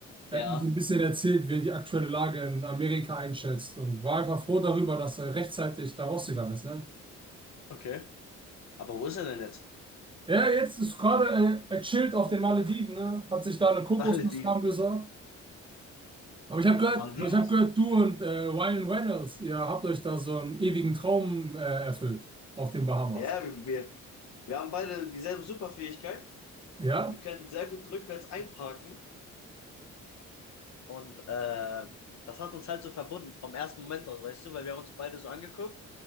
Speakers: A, on the right; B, on the left.
A: er
B: Ja,
A: hat mir so ein bisschen erzählt, wie er die aktuelle Lage in Amerika einschätzt und war einfach froh darüber, dass er rechtzeitig da rausgegangen ist, ne?
B: Okay. Aber wo ist er denn jetzt?
A: Ja, jetzt ist gerade, äh, er chillt auf den Malediven, ne? Hat sich da eine Kokosnuss
B: Malediven.
A: warm gesorgt. Aber
B: ja,
A: ich habe gehört,
B: Malediven.
A: aber ich hab gehört, du und äh, Ryan Reynolds, ihr habt euch da so einen ewigen Traum äh, erfüllt auf den Bahamas.
B: Ja, wir, wir, wir haben beide dieselbe Superfähigkeit.
A: Ja?
B: Wir können
A: <laughs>
B: sehr gut rückwärts einparken. Und äh, das hat uns halt so verbunden vom ersten Moment aus, weißt du, weil wir haben uns beide so angeguckt